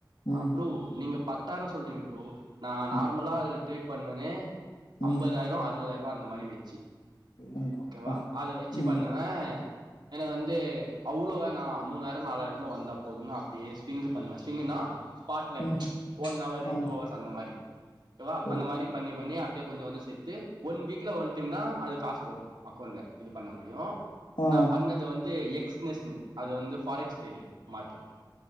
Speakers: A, on the left (about 75°); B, on the right (about 70°).
A: ம்
B: ஆ ப்ரோ நீங்க பத் தாயிர சொல்றீங்க ப்ரோ நா நார்மலா
A: ம்
B: அதில் ட்ரேட் பண்ணுவனே அம்பதாயிர
A: ம்
B: அறுவதாயிர ப்ரோ அந்த மாரி வச்சு
A: எங்கப்பா!
B: ஓகேவா அது வச்சு
A: ம்
B: பண்ணுவ எனக்கு வந்து அவ்வுளோ வேணா மூணாயிர நாலாயிரலேந்து வந்தா போதும்னு அப்டியே ஸ்விங்கு பண்ணுவ ஸ்விங்குனா ஸ்பாட்ல
A: ம்
B: ஒன் அவரு
A: ஆ
B: டூ ஹவர்ஸ் அந்த மாரி ஓகேவா
A: ஓ
B: அந்த மாரி பண்ணி பண்ணி அப்டியே கொஞ்ச கொஞ்ச சேத்து ஒன் வீக்ல ஒன் டைம் தா அது காசு வரு அக்கௌண்ட்ல இது பண்ண முடியு
A: ஆ
B: நா பண்ணது வந்து எக்ஸ்னஸ்னு அது வந்து பாரக்ஸ் ட்ரேடிங் மார்க்கெட்